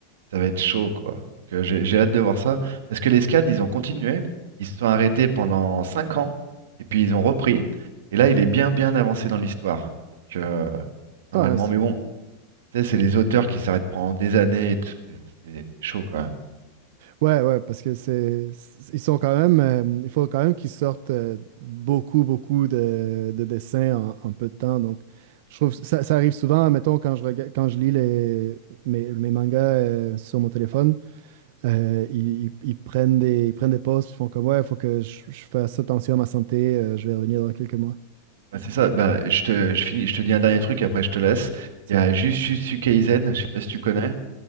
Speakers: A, on the right; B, on the right.
A: ça va être chaud, quoi. Donc, euh, j'ai, j'ai hâte de voir ça parce que les scans, ils ont continué. Ils se sont arrêtés pendant 5 ans et puis ils ont repris. Et là, il est bien, bien avancé dans l'histoire. Donc, euh,
B: Ah,
A: normalement,
B: nice.
A: mais bon, tu sais, c'est les auteurs qui s'arrêtent pendant des années et tout. C'est c'est chaud, quand même. hein.
B: Ouais, ouais, parce que c'est, c'est- ils sont quand même, euh, il faut quand même qu'ils sortent euh, beaucoup, beaucoup de, de dessins en, en peu de temps. Donc, je trouve que ça, ça arrive souvent, mettons, quand je rega- quand je lis les, mes, mes mangas euh, sur mon téléphone, euh, ils, ils- ils prennent des, ils prennent des pauses, ils font comme, ouais, il faut que je, je fasse attention à ma santé, euh, je vais revenir dans quelques mois.
A: Bah, c'est ça, bah, je te, je finis, je te dis un dernier truc, après je te laisse.
B: C'est
A: Il y a
B: bon.
A: Jujutsu Kaisen, je sais pas si tu connais.